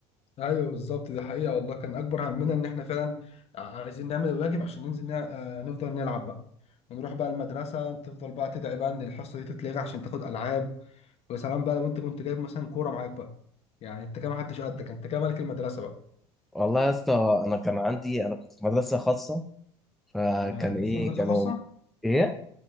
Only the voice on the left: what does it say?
ايوه بالظبط دي حقيقه والله كان اكبر همنا ان احنا فعلا عايزين نعمل الواجب عشان ننزل نع- آه، نفضل نلعب بقى ونروح بقى المدرسه تفضل بقى تدعي بقى ان الحصه دي تتلغي عشان تاخد العاب ويا سلام بقى لو انت كنت جايب مثلا كوره معاك بقى يعني انت كده ما حدش قدك انت كده ملك المدرسه بقى
تمام انت
اصلا مدرسه
خاصه